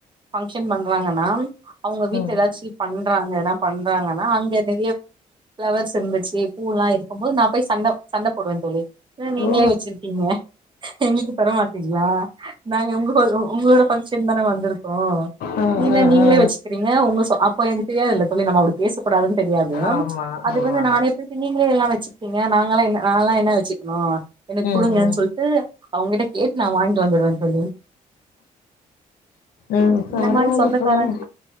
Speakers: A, on the right (about 30°); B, on the left (about 85°).
A: ஃபங்ஷன் பண்றாங்கன்னா அவுங்க வீட்ல
B: ம்
A: ஏதாச்சி பண்றாங்கன்னா பண்றாங்கன்னா அங்க நெறைய ஃபிளவர்ஸ் இருந்துச்சி பூல்லா இருக்கும் போது நான் போய் சண்ட சண்ட போடுவ தோழி என்ன நீங்களே
B: ஓ
A: வச்சிருக்கீங்க எங்கள்க்கு தரமாட்டீங்ளா நாங்க உங்க உங்களோட ஃபங்ஷ ன் தான வந்திருகோ
B: ஆ
A: என்ன
B: ஆ
A: நீங்களே
B: ஆ
A: வச்சுகிறீங்க உங்க சொந் அப்போ எனக்கு தெரியாதுல்ல தோழி நம்ம அப்டி பேசக்கூடாதுன்னு தெரியாது
B: ஆமா
A: அது
B: ஆமா
A: வந்து நானே நீங்களே எல்லா வச்சுருக்கீங்க நாங்களா என்ன நால்லா என்ன வச்சுக்ணு எனக்
B: ம்
A: குடுங்கன்
B: ம்
A: சொல்ட்டு அவுங் கிட்ட கேட்டு நா வாங்ட்டு வந்துருவேன் தோழி
B: ம் பரவால்ல
A: இந்த மாரி சொந்தக்காரன்
B: போங்க